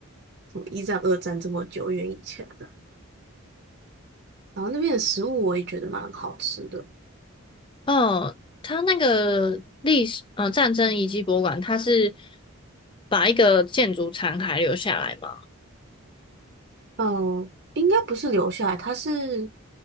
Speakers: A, on the right; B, on the left.
A: 什么一战、二战这么久远以前的。然后那边的食物我也觉得蛮好吃的，
B: 嗯，他那个历史，呃，战争遗迹博物馆，它是把一个建筑残骸留下来吗？
A: 嗯，应该不是留下来，它是